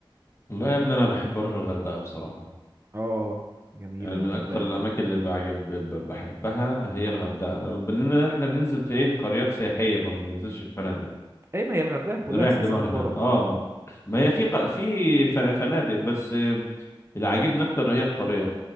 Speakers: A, on the left; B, on the right.
A: والله يا ابني انا بحب اروح الغردقه بصراحه
B: اه جميلة
A: يعني
B: الغردقة
A: من اكتر الاماكن
B: دي
A: اللي بعجب ب- بحبها هي الغردقه لما بننا احنا بننزل في ايه قريات سياحيه ما بننزلش في فنادق
B: اي ما هي الغردقة كلها
A: بنريح
B: اساسا
A: دماغنا
B: قرى
A: اه ما هي في ق... في فن- فنادق بس اللي عاجبني اكتر هي القريه